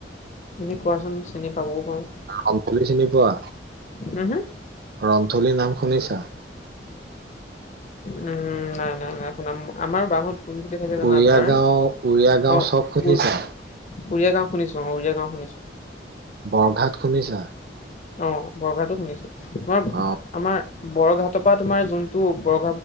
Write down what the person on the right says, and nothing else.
আমখুলি চিনি পোৱা?
ৰন্থলী নাম শুনিছা?
উৰিয়া
গাঁও উৰিয়া গাঁও
চক শুনিছা?
বৰঘাট শুনিছা?
অ'